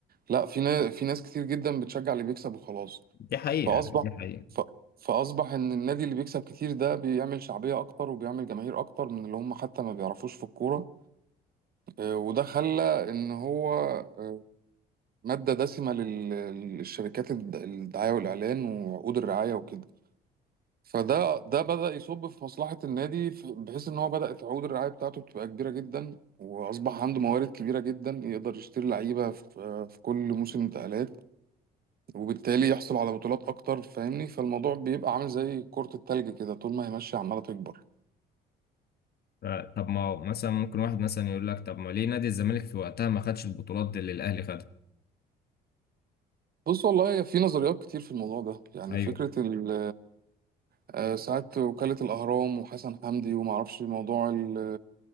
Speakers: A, on the right; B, on the left.
A: لا في ناس في ناس كتير جدا بتشجع اللي بيكسب وخلاص
B: دي حقيقة
A: فأصبح
B: دي حقيقة
A: ف... فأصبح إن النادي اللي بيكسب كتير ده بيعمل شعبية أكتر وبيعمل جماهير أكتر من اللي هم حتى ما بيعرفوش في الكورة آه، وده خلى إن هو آه، مادة دسمة لل- للشركات الد- الدعاية والإعلان وعقود الرعاية وكده فده ده بدأ يصب في مصلحة النادي ف- بحيث إن هو بدأت عقود الرعاية بتاعته بتبقى كبيرة جدا وأصبح عنده موارد كبيرة جدا يقدر يشتري لعيبة في في كل موسم انتقالات وبالتالي يحصل على بطولات أكتر فاهمني فالموضوع بيبقى عامل زي كرة التلج كده طول ما هي ماشية عمالة تكبر
B: ف- طب ما هو مثلا ممكن واحد مثلا يقول لك طب ما ليه نادي الزمالك في وقتها ما خدش البطولات اللي الأهلي خدها
A: بص والله في نظريات كتير في الموضوع ده يعني
B: ايوه
A: فكرة ال آه، ساعات وكالة الأهرام وحسن حمدي ومعرفش موضوع ال-